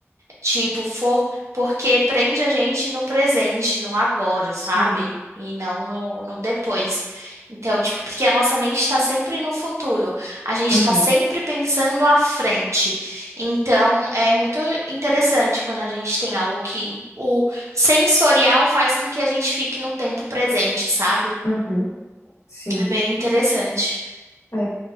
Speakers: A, on the right (about 70°); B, on the left (about 75°).
A: Tipo, for porque prende a gente no presente, no agora, sabe?
B: sim.
A: E não no, no depois. Então, tipo, porque a nossa mente está sempre no futuro, a gente
B: Uhum,
A: está sempre pensando à frente. Então, é muito interessante quando a gente tem algo que o sensorial faz com que a gente fique no tempo presente, sabe?
B: uhum, sim.
A: É bem interessante.
B: É.